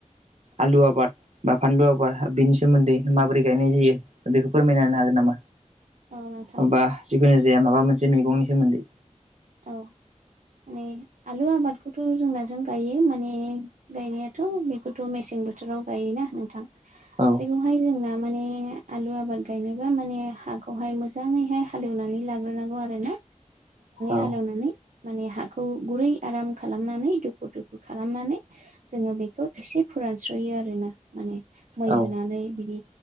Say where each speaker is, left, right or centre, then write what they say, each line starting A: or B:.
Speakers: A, on the right (about 60°); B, on the right (about 80°).
A: आलु आबाद बा फानलु आबाद बेनि सोमोन्दै माबोरै गायनाय जायो बेखौ फोरमायना होनो हागोनना। खामो
B: औ नोंथां
A: माबा जिखुनु जाया माबा मोनसे मैगंनि सोमोन्दै
B: औ माने आलु आबादखौथ' जोंनाजों गायो माने गायनायाथ' बेखौथ' मेसें बोथोराव गायो। नंगौना नोंथां
A: औ
B: बेखौहाय जोंना माने आलु आबाद गायनोबा माने हाखौहाय मोजाङैहाय हालेवनानै लाग्रोनांगौ आरोना।
A: औ
B: हालेवनानै माने हाखौ गुरै आराम खालामनानै दुफु-दुफु खालामनानै जोंङो बेखौ एसे फोरानस्रयो आरोना माने मै
A: औ
B: होनानै बिदि